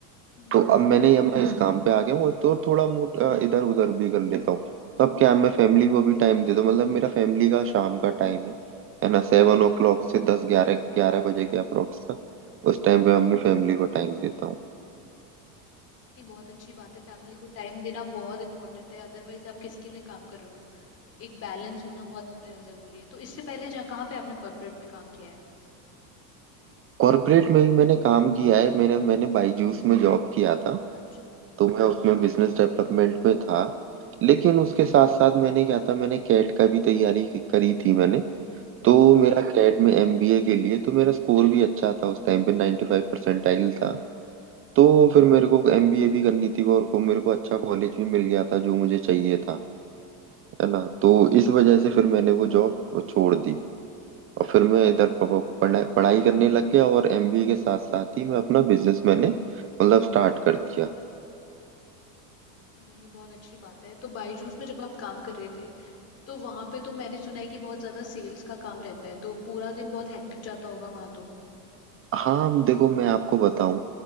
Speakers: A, on the left; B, on the right.
A: हम्म
B: तो अब मैंने अब मैं इस काम पे आ गया हूँ और तो थोड़ा मोट इधर उधर भी कर लेता हूँ तो अब क्या है, मैं फैमिली को भी टाइम देता हूँ मतलब मेरा फैमिली का शाम का टाइम है है ना सेवन ओ क्लॉक से दस ग्यारह ग्यारह बजे के अप्रोक्स तक उस टाइम पे अपनी फैमिली को टाइम देता हूँ
A: नहीं बहुत अच्छी बात है फैमिली को टाइम देना बहुत इंपॉर्टेंट है अदरवाइज आप किसके लिए काम कर रहे हो एक बैलेंस होना बहुत अ, जरूरी है तो इससे पहले जहाँ कहाँ पे आपने कॉर्पोरेट में काम किया है
B: कॉर्पोरेट में भी मैंने काम किया है मेरा मैंने बाईजूस में जॉब किया था
A: अच्छा
B: तो मैं उसमें बिजनेस डेवलपमेंट में था लेकिन उसके साथ साथ मैंने क्या था मैंने कैट का भी तैयारी की- करी थी मैंने
A: हम्म
B: तो मेरा कैट में एमबीए के लिए तो मेरा स्कोर भी अच्छा था उस टाइम पे 95 परसेंटाइल था तो फिर मेरे को एमबीए भी करनी थी और को मेरे को अच्छा कॉलेज भी मिल गया था जो मुझे चाहिए था है ना तो इस वजह से फिर मैंने वो जॉब छोड़ दी और फिर मैं इधर प- प- पढ़ाई पढ़ाई करने लग गया और एमबीए के साथ साथ ही मैं अपना बिजनेस मैंने मतलब स्टार्ट कर दिया
A: नहीं नहीं बहुत अच्छी बात है तो बायजूस में जब आप काम कर रहे थे तो वहां पे तो मैंने सुना है कि बहुत ज्यादा सेल्स का काम रहता है तो पूरा दिन बहुत हेक्टिक जाता होगा वहां तो
B: हाँ देखो मैं आपको बताऊं